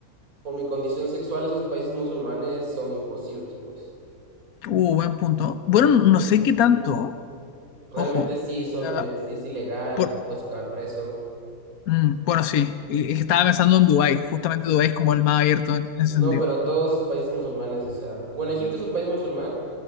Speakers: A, on the right; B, on the left.
A: por mi condición sexual, esos países musulmanes son imposibles, pues.
B: Uh, buen punto. Bueno, no sé qué tanto.
A: Realmente
B: Ojo,
A: sí
B: o
A: son,
B: sea,
A: es, es ilegal,
B: por,
A: ca- puedes acabar preso.
B: mm, bueno, sí, y- es que estaba pensando en Dubái, justamente Dubái es como el más abierto en, en ese
A: No,
B: sentido.
A: pero todos esos países musulmanes, o sea, bueno, Egipto es un país musulmán,